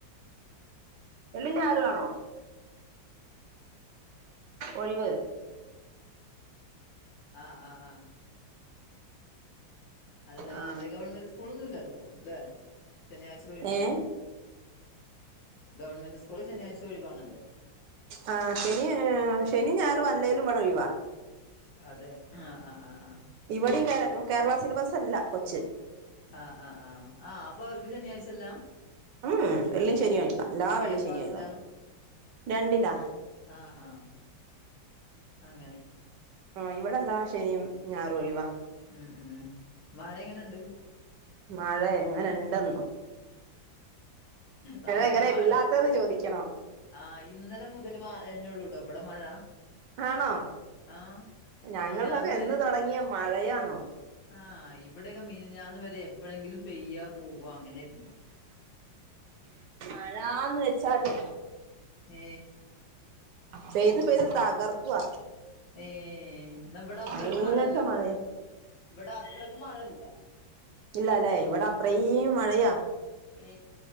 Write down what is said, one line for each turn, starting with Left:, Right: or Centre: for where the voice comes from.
Right: വെള്ളി ഞായറാണോ ഒയ്വ്
Left: ആ ആ ആ അല്ല
Right: ആ
Left: അതെ ഗവൺമെന്റ് സ്കൂളൊന്നുല്ലല്ലോ ല്ലെ ശനിയായ്ച ഒഴിവാണല്ലോ
Right: ഏ
Left: ഗവണ്മെന്റ് സ്കൂള് ശനിയായ്ച ഒഴിവാണല്ലോ
Right: ആ ശെനി ശെനിം ഞാറും അല്ലേലും ഇവടെ ഒയ്വാ
Left: അതെ ആ ആ ആ ആ
Right: ഇവിടിം കേ കേരള സിലബസ് അല്ല കൊച്ച്
Left: ആ ആ ആ ആ അപ്പ അവർക്ക് ശെനിയായ്ച്ച ഇല്ല
Right: ഉം വെള്ളി ശെനി ഒയ്വ എല്ലാ വെള്ളി
Left: ഏത്
Right: ശെനി
Left: ക്ലാസ്സിലാ
Right: ഒയ്വ രണ്ടില
Left: ആ ആ അങ്ങനെ
Right: ആ ഇവിടെല്ലാ ശെനിം ഞാറൊഴിവാ
Left: ഉം ഉം മഴ എങ്ങനെണ്ട്
Right: മഴ എങ്ങനെണ്ടെന്നോ
Left: നല്ല
Right: എങ്ങനെ
Left: മഴ
Right: ഇല്ലാത്തന്ന് ചോദിക്കണോ
Left: ആ ഇന്നലെ മുതൽ മാ ന്നെള്ളൂട്ടോ ഇവടെ മഴ
Right: ആണോ
Left: ആഹ് മിനിഞ്ഞാന്ന്
Right: ഞങ്ങൾക്കൊക്കെ എന്ന് തൊടങ്ങിയാ മഴയാന്നോ
Left: ആ ഇവിടെയൊക്കെ മിനിഞാന്ന് വരെ എപ്പോഴെങ്കിലും പെയ്യാ പോവ അങ്ങനെര്ന്നു
Right: മഴാന്ന് വെച്ചാത്
Left: ഏ
Right: പെയ്തു പെയ്ത് തകർക്കുവാ
Left: ഏ ന്നവടത്രക്ക്
Right: അങ്ങനത്തെ
Left: മഴല്ല ട്ടോ
Right: മഴയാ
Left: ഇവടത്രക്ക് മഴല്ല
Right: ഇല്ലലെ ഇവിടെ അത്രീം മഴയാ
Left: ഏ